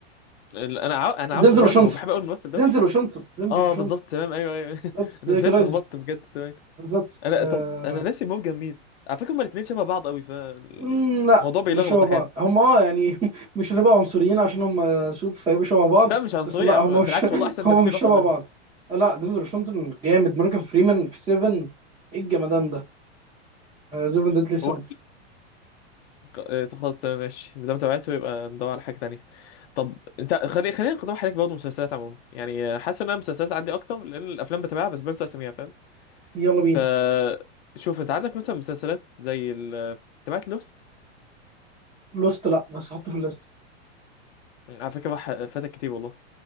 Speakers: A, on the left (about 60°); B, on the right (about 15°).
A: ال- انا عارف انا عارفه
B: دينزل واشنطن
A: فاهم وبحب اقول الممثل ده
B: دينزل واشنطن دينزل
A: اه
B: واشنطن
A: بالظبط تمام ايوه ايوه
B: بالظبط
A: <laughs>
B: زي
A: انا ازاي
B: ايكولايزر
A: اتلخبطت بجد ثواني
B: بالظبط
A: انا
B: آه
A: طب انا ناسي موجة مين على فكرة هما الاتنين شبه بعض قوي فالموضوع
B: مم، لا
A: بيلخبط
B: مش شبه بعض
A: احيانا
B: هم اه يعني <laughs> مش هنبقى عنصريين عشان هم سود فيبقوا شبه بعض
A: لا مش عنصرية
B: بس لا
A: يا عم
B: هم مش
A: بالعكس
B: <laughs>
A: والله احسن
B: هم
A: تمثيل
B: مش
A: اصلا
B: شبه
A: منهم
B: بعض لا دينزل واشنطن جامد مورجان فريمان في 7 ايه الجمدان ده زيفن ديتلي سانس
A: هو ق- آه، خلاص تمام ماشي ما دام تابعته يبقى ندور على حاجة تانية طب انت خلي خلينا نقترح عليك برضه مسلسلات عموما يعني آه، حاسس ان انا مسلسلات عندي اكتر لان الافلام بتابعها بس بنسى اساميها فاهم
B: يلا بينا
A: ف شوف انت عندك مثلا مسلسلات زي ال تبعت لوست
B: لوست لا بس حطه في الليست
A: على فكره راح فاتك كتير والله